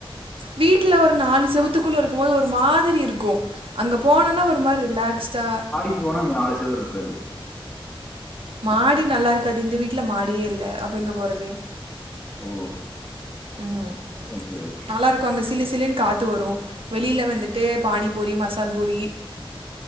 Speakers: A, on the right (about 70°); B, in the centre.
A: வீட்ல ஒரு நாலு செவத்து குள்ள இருக்கும் போது ஒரு மாதிரி இருக்கு அங்க போனோன்னா ஒரு மாரி ரிலாக்ஸ்டா
B: க்கி போன அந்த நாலு செவுரு இருகாது
A: மாடி நல்லா இருக்காது இந்த வீட்ல மாடியே இல்ல அப்ப எங்கே போறது
B: ஓ!
A: ம்
B: ஓகே, ஓகே.
A: நல்லா இருக்கு அங்க சிலு சிலு காத் ஒத்து வரு வெளியில வந்துட்டு பானிபூரி மசால் பூரி